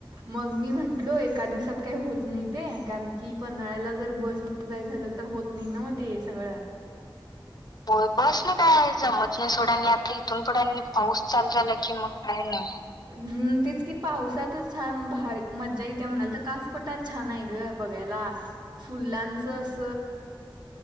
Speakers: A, on the right; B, on the left.
A: मग मी म्हंटलो. एका दिवसात काही होत. नाही ते कारण की पन्हाळ्याला जर बस जाय झालं. तर होत नाही. न ते सगळं.
B: होय बस नाही काय जमत नाही. सोडा आणि आता इथून पुढं पाऊस चालू झाला. की मग काय नाही.
A: हंम तेच की पावसातच छान भारी मज्जा येते म्हणाल. तर कासपटार छान आहे. ग बघायला फुलांचा तस